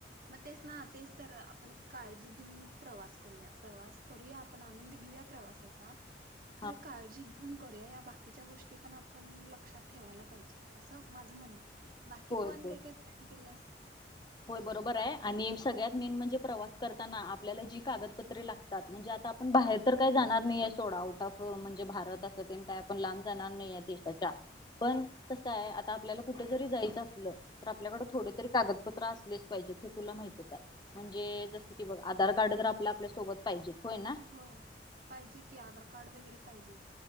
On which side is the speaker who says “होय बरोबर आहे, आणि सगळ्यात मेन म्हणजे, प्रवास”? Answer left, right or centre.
Left